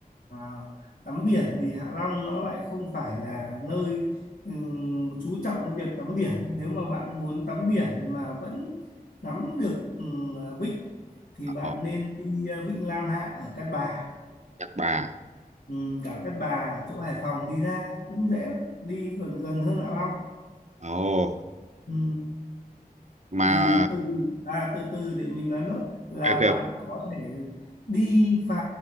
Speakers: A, on the left; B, on the right.
A: à, tắm biển thì Hạ Long nó lại không phải là nơi ừm, chú trọng cái việc tắm biển nếu mà bạn muốn tắm biển mà vẫn ngắm được ừ, vịnh thì bạn
B: Ồ,
A: nên đi ờ, Vịnh Lan Hạ ở Cát Bà
B: Nhật Bà.
A: ừ, đảo Cát Bà chỗ Hải Phòng đi ra ấy cũng dễ lắm đi còn gần hơn Hạ Long
B: Ồ,
A: ừ,
B: mà
A: thì từ à từ từ để mình nói nốt là
B: kêu kêu
A: bạn có thể đi phà